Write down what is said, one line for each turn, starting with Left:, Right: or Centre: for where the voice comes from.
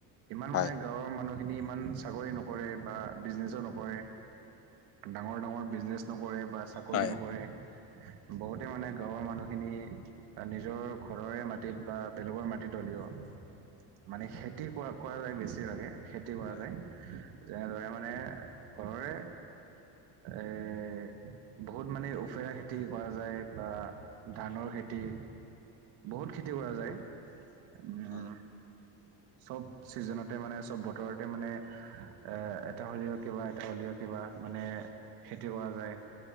Right: ইমান
Left: হয়
Right: মানে গাঁৱৰ মানুহ খিনি ইমান চাকৰি নকৰে বা বিজনেচো নকৰে। ডাঙৰ ডাঙৰ বিজনেছ নকৰে বা চা কৰি
Left: হয়
Right: নকৰে, বহুতে মানে গাঁৱৰ মানুহখিনি নিজৰ ঘৰৰে মাটিত বা বেলেগৰ মাটিত হ'লেও মানে খেতি কৰা কৰা যায় বেছিভাগে। খেতি কৰা
Left: হয়
Right: যায়। যেনেদৰে মানে ঘৰৰে এ বহুত মানে ওফেৰা খেতি কৰা যায় বা ধাণৰ খেতি। বহুত খেতি কৰা যায়।
Left: <unintelligible>
Right: উম চ'ব চিজনতে মানে চ'ব বতৰতে মানে এ এটা হ'লেও কিবা এটা হ'লেও কিবা মানে খেতি কৰা যায়।